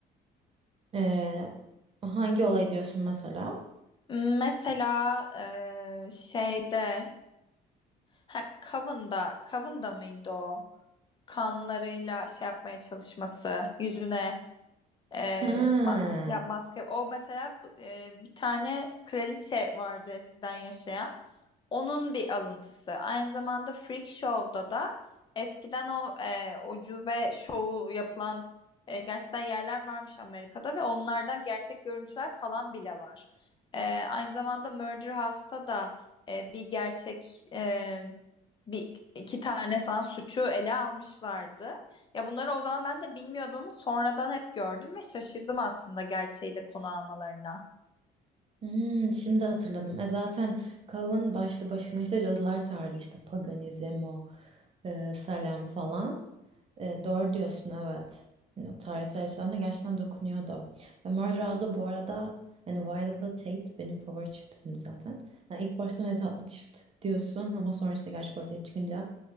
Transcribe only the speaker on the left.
Hmm, Mesela e, şeyde ha, Coven'da, Coven'da mıydı o? Kanlarıyla şey yapmaya çalışması, yüzüne e,
ma- ya maske. O mesela e, bir tane kraliçe vardı eskiden yaşayan. Onun bir alıntısı. Aynı zamanda Freak Show'da da eskiden o e, ucube şovu yapılan e, gerçekten yerler varmış Amerika'da ve onlardan gerçek görüntüler falan bile var. E, aynı zamanda Murder House'ta da e, bir gerçek e, bir iki tane falan suçu ele almışlardı. Ya bunları o zaman ben de bilmiyordum ama sonradan hep gördüm ve şaşırdım aslında gerçeği de konu almalarına.